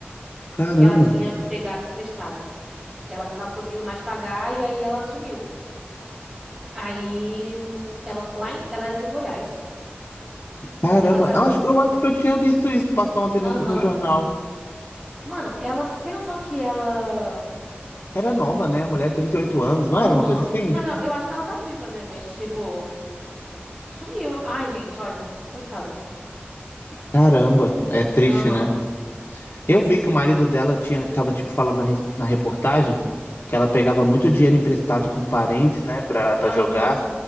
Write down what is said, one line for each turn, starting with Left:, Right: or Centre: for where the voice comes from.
Left: caramba.
Right: que ela tinha pegado emprestado. Ela não tava conseguindo mais pagar e aí ela sumiu. Aí, hum, ela, lá em- ela é do Goiás.
Left: Caramba,
Right: Ela saiu
Left: eu
Right: do.
Left: acho, eu acho que eu tinha visto isso, passou ontem
Right: Aham.
Left: no, no jornal.
Right: Mano, ela. Você tem noção que ela.
Left: Era nova, né? A mulher, 38 anos, não
Right: Aham.
Left: era uma coisa assim?
Right: Mas eu, eu acho que ela tá viva, né? Mas, tipo. Sumiu. Ai, gente, olha. Coitada.
Left: Caramba, é triste,
Right: Aham,
Left: né? Eu vi que o marido dela tinha, tava, tipo, falando na, res- na reportagem que ela pegava muito dinheiro emprestado com parentes, né, pra, pra
Right: aham.
Left: jogar,